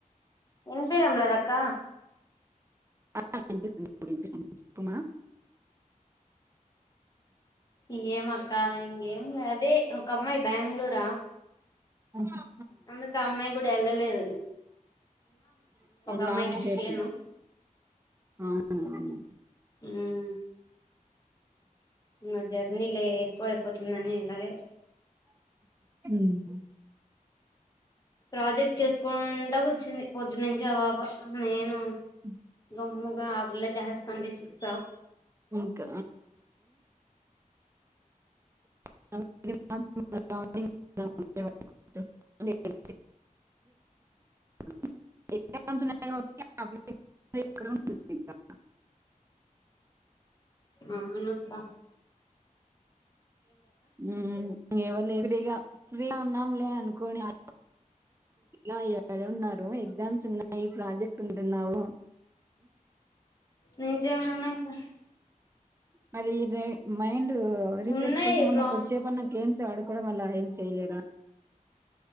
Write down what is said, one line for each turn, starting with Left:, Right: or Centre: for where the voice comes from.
Left: ఇన్పిడంలేదక్క
Right: ఆ వినిపిస్తుంది ఇప్పుడు వినిపిస్తుంది చెప్పమా
Left: ఇంకేంమక్క ఇంగేం లే అదే ఒక అమ్మాయి బ్యాంగ్ళూర
Right: ఆహా
Left: అందుకు ఆ అమ్మాయి కూడా వెళ్ళలేదని
Right: లాంగ్
Left: అమ్మాయి క్రిస్టియను
Right: జర్నీ అవునవును
Left: ఉమ్ ఇంక జర్నీ లే ఎక్కువ అయిపోతుందని ఎల్లలే
Right: హ్మ్.
Left: ప్రాజెక్ట్ చేసుకుంటా కుర్చుంది పొద్దు నుంచి ఆ పాప నేను
Right: అ
Left: గమ్ముగా ఆ పిల్ల చేస్తాంటే చూస్త
Right: ఇంక <inaudible> <inaudible>
Left: అవునక్కా
Right: హ్మ్ ఇంక ఎవరులేరు ఫ్రీగా ఫ్రీగా ఉన్నాంలే అనుకోని అ <inaudible> ఎగ్జామ్స్ ఉన్నాయి ప్రాజెక్ట్ ఉ తున్నావ్
Left: నిజంగానే అక్క
Right: మరి ర మైండ్ రిఫ్రెష్
Left: ఉన్నాయి
Right: కోసం అన్న
Left: ప్రాజెక్ట్
Right: కొద్దిసేపన్నా గేమ్స్ ఆడు కూడా మళ్ళ ఏం చేయలేరా